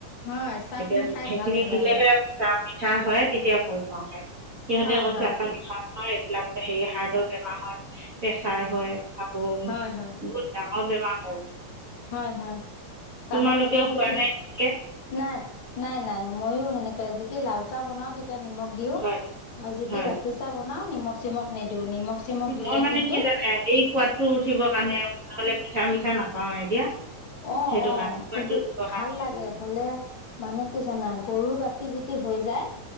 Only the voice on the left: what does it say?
হয় চাহখিনি
খাই
ভাল নালাগে
হয়
হয়
হয় হয়
হয়, হয়। চাহৰ
লগত
যদি
নাই, নাই, নাই। ময়ো সে যেতি লাল চাহ বনাও তেতিয়া নিমখ দিও
আৰু যেতি
গাখীৰ চাহ ব নাও নিমখ চিমখ নিদিওঁ। নিমখ চিমখ দিলে
কিন্তু
অ,
অ।
কিন্তু
ভাল
লাগে
হলে। মানে কি জানে? গৰু গাখীৰ যদি হৈ যায়